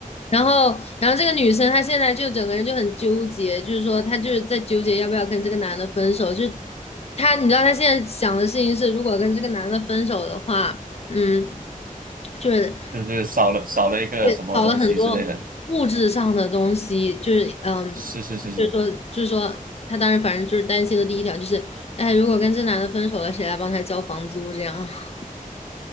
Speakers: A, on the left; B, on the right.
A: 然后然后这个女生她现在就整个人就很纠结，就是说她就是在纠结要不要跟这个男的分手，就她你知道她现在想的事情是，如果跟这个男的分手的话。嗯，就是
B: 就是少了少了一个什么东西之类的。
A: 对，少了很多物质上的东西，就是嗯，
B: 是是是是，
A: 就是说，就是说，他当时反正就是担心的第一条就是，哎，如果跟这男的分手了，谁来帮他交房租这样？<laughs>